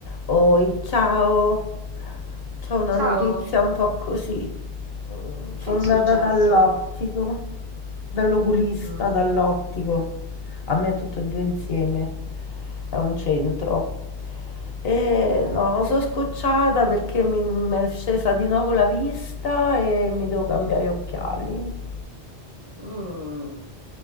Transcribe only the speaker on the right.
Ciao,
che è successo?
Mm,
ok.
Mm,